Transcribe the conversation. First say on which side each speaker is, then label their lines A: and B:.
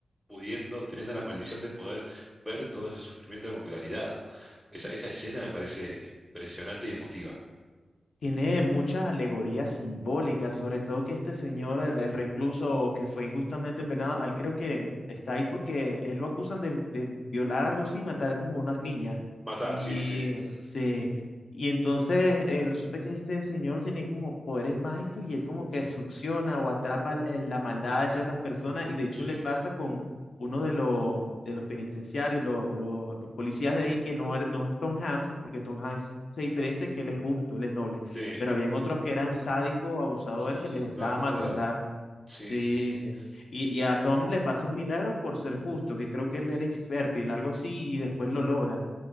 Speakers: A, in the centre; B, on the left.
A: pudiendo, teniendo la maldición de poder ver todo ese sufrimiento con claridad. Esa, esa escena me parece impresionante y emotiva.
B: Tiene muchas alegorías simbólicas, sobre todo que este señor, el, el recluso que fue injustamente penado, él creo que está ahí porque él lo acusan de, de violar algo así, matar como unas niñas.
A: Matar,
B: Y
A: sí, sí, sí. ujú.
B: se, y entonces eh, resulta que este señor tiene como poderes mágicos y él como que succiona o atrapa el- el- la maldad de ciertas personas y de hecho
A: Sí,
B: le pasa con uno de los, de los penitenciarios, lo- lo- los policías de ahí que no, era- no es Tom Hanks, porque Tom Hanks se diferencia que él es justo, él es noble
A: sí.
B: pero habían otros que eran sádicos, abusadores,
A: Mm,
B: que les gustaba
A: me acuerdo.
B: maltratar a...
A: Sí,
B: Sí,
A: sí, sí.
B: sí. Y, y a Tom le pasa un milagro por ser justo, que creo que él era infértil, algo así, y después lo logra.